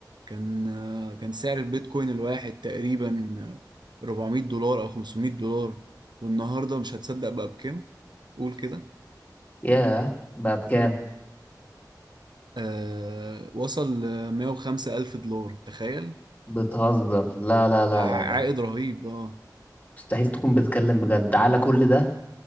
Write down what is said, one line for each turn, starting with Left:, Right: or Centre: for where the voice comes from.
Right: كان آه، كان سعر البيتكوين الواحد تقريبا آه، 400 دولار او 500 دولار والنهارده مش هتصدق بقى بكام قول كده
Left: ياه بقى بكام
Right: آه وصل ل 105 الف دولار تخيل
Left: بتهزر لا لا لا
Right: ع-
Left: لا
Right: عائد
Left: لا
Right: رهيب اه
Left: مستحيل تكون بتتكلم بجد على كل ده